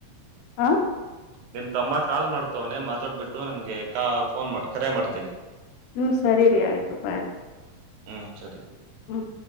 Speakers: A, on the left (about 85°); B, on the right (about 80°).
A: ಆಾ
B: ನಿನ್ ತಮ್ಮ ಕಾಲ್ ಮಾಡ್ತವನೆ ಮಾತಾಡ್ಬಿಟ್ಟು ನಮಗೆ ಕ ಫೋನ್ ಮಾಡ ಕರೆ ಮಾಡ್ತೀನಿ
A: ಹ್ಮ್ ಸರಿರಿ ಆಯ್ತು ಬಾಯ್
B: ಹ್ಮ್ ಸರಿ
A: ಹ್ಮ್